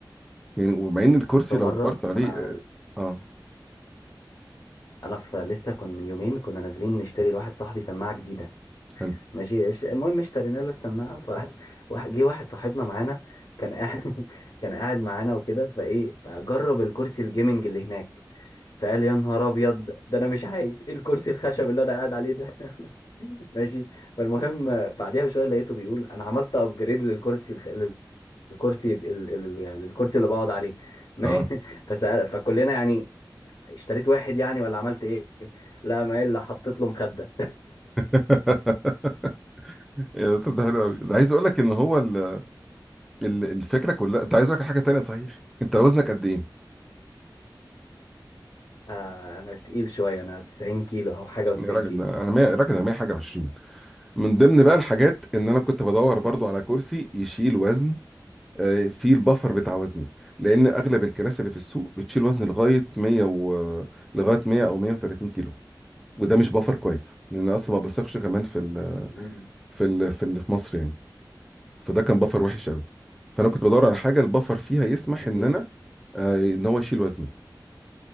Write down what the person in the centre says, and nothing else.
يعني ومع ان الكرسي
لو دورت عليه
اه آه،
حلو
اه
<laughs> إيه ده طب ده حلو قوي ده عايز اقول لك ان هو ال... ال- الفكره كلها انت عايز اقول لك حاجه تانية صحيح انت وزنك قد ايه
يا راجل
ده انا 100 يا راجل انا 100 حاجه 20 من ضمن بقى الحاجات ان انا كنت بدور برضو على كرسي يشيل وزن آه، فيه البفر بتاع وزني لان اغلب الكراسي اللي في السوق بتشيل وزن لغايه 100 و... لغايه 100 او 130 كيلو وده مش بفر كويس لان أنا اصلا ما بثقش كمان في ال...
في ال... في ال... في مصر يعني فده كان بفر وحش قوي فانا كنت بدور على حاجه البفر فيها يسمح
ان انا آه، ان هو يشيل وزني